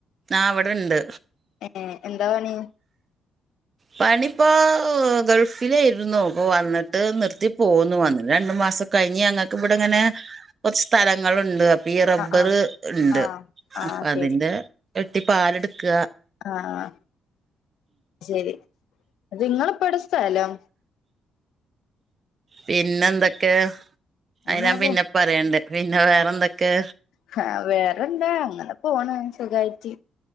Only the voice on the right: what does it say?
ആഹ് വിടെണ്ട്
പണിപ്പോ ഗൾഫിലേയിർന്നു പ്പ വന്നിട്ട് നിർത്തി പോന്നു വന്നിട്ട് രണ്ട് മാസൊ കഴിഞ്ഞ് ഞങ്ങക്ക്‌ വടെങ്ങനെ കുറച്ച് സ്ഥലങ്ങളുണ്ട് അ ഈ റബ്ബറ്
ഇണ്ട്
അപ്പൊ അതിന്റെ
വെട്ടി പാല്ട്ക്ക
പിന്നെന്തൊക്കെ
അയ് ഞാൻ
പിന്നെപ്പറയണ്ട് പിന്നെ വേറെന്തൊക്കെ